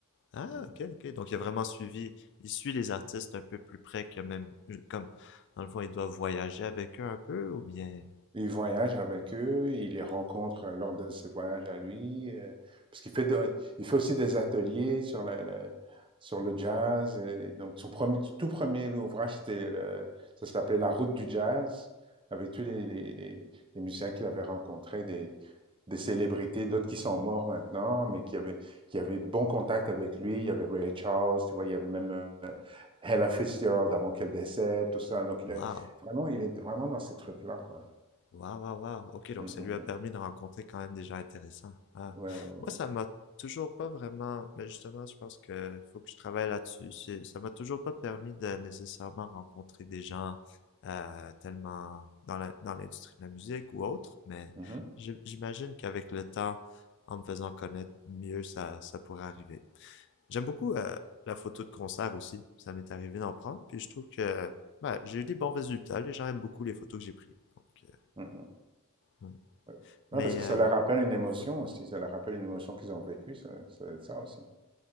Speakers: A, on the left; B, on the right.
A: Ah,
B: Mm.
A: ok, ok. Donc, il a vraiment suivi, il suit les artistes un peu plus près que même, comme, dans le fond, il doit voyager avec eux un peu, ou bien,
B: Il voyage avec eux, il les rencontre euh, lors de ses voyages à lui, euh, parce qu'il fait, de- il fait aussi des ateliers sur le, le- sur le jazz. et donc, son premier, tout premier ouvrage, c'était le- ça s'appelait La route du jazz, avec tous les, les- les- les musiciens qu'il avait rencontrés, des, des célébrités, d'autres qui sont morts maintenant, mais qui avaient, qui avaient de bons contacts avec lui. Il y avait Ray Charles, tu vois, il y avait même euh, Ella Fitzgerald avant qu'elle décède, tout ça. Donc, il
A: Wow.
B: a- vraiment, il est vraiment dans ces trucs-là, quoi.
A: Waouh, waouh, waouh. Ok, donc
B: Mmh,
A: ça
B: mmh,
A: lui a
B: mmh.
A: permis de rencontrer quand même des gens intéressants. Ah.
B: Ouais, ouais, ouais,
A: Moi,
B: ouais.
A: ça m'a toujours pas vraiment, mais justement, je pense que faut que je travaille là-dessus. C'est- Ça m'a toujours pas permis de nécessairement rencontrer des gens euh, tellement dans la, dans l'industrie de la musique ou autre, mais
B: Mmh mh.
A: j'im- j'imagine qu'avec le temps, en me faisant connaître mieux, ça, ça pourrait arriver. J'aime beaucoup euh, la photo de concert aussi. Ça m'est arrivé d'en prendre, puis je trouve que bah, j'ai eu des bons résultats. Les gens aiment beaucoup les photos que j'ai prises. Donc, euh,
B: Mmh
A: ouais.
B: Ouais.
A: Mais
B: Ouais, parce que
A: euh,
B: ça leur rappelle une émotion
A: ouais,
B: aussi, ça leur rappelle une émotion qu'ils ont vécue, ça ça doit être ça aussi.